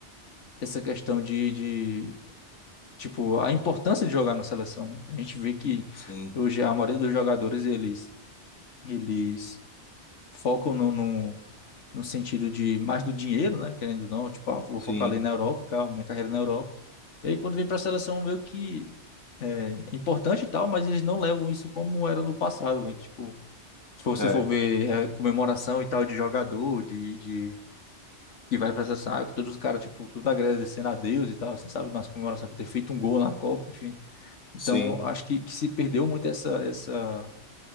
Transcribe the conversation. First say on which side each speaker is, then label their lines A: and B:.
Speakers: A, on the left; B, on the left.
A: essa questão de, de, tipo, a importância de jogar na seleção, né? A gente vê que
B: Sim,
A: hoje a maioria dos jogadores, eles, eles focam no, no, no sentido de mais do dinheiro, né? Querendo ou não, tipo, ah, vou
B: sim.
A: focar ali na Europa, cara, minha carreira na Europa E aí, quando vem para a seleção, meio que é, é importante e tal, mas eles não levam isso como era no passado, né? Que, Tipo, se você
B: É,
A: for ver é, comemoração e tal de jogador, de, de que vai pra seleção, ah, todos os caras, tipo, tudo agradecendo a Deus e tal, você sabe, nas comemorações por ter feito um gol na Copa, enfim. Então,
B: sim,
A: acho que, que se perdeu muito essa, essa,